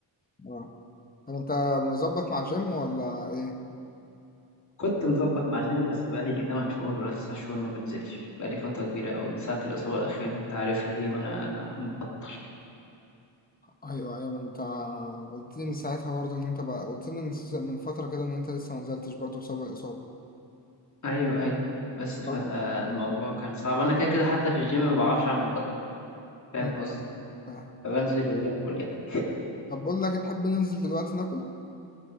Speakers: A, on the left (about 20°); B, on the left (about 35°).
A: آه. طب انت مظبط مع جيم ولا ايه
B: كنت مظبط مع جيم بس بقى لي يجي 8 شهور ولا 9 شهور ما بنزلش بقى لي فتره كبيره قوي من ساعه الاصابه الاخيره اللي انت عارفها دي وانا مبطل
A: ايوه ايوه ما انت قلت لي من ساعتها برضه ان انت بقى قلت لي من س- من فتره كده ان انت لسه ما نزلتش برضه بسبب الاصابه
B: ايوه ايوه بس فالموضوع
A: طب
B: كان صعب انا كده كده حتى في الجيم ما بعرفش اعمل دايت فاهم
A: مم،
B: قصدي
A: فاهم
B: فبنزل
A: فاهم
B: وباكل يعني
A: طب بقول لك تحب ننزل دلوقتي ناكل